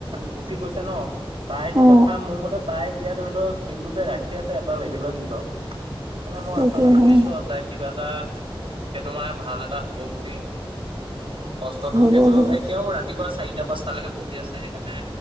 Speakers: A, on the right; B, on the right.
A: গুচি গৈছে ন তাইতো
B: অ
A: কথা মোৰ মতে তাই এতিয়া ধৰি লও খ টো যে ৰাখি আছে। এটা লেভলত নিজক এনে মই
B: তাকে
A: আশাটো
B: অ
A: কৰিছো আৰু তাই কিবা এটা সেইটো মানে ভাল এটা হব বুলি কষ্টটো
B: হ'ব
A: সেইটো
B: হ'ব
A: এতিয়াও ৰাতিপুৱা চাৰিটা পাঁচটালৈকে পঢ়ি আছে সেইকাৰণে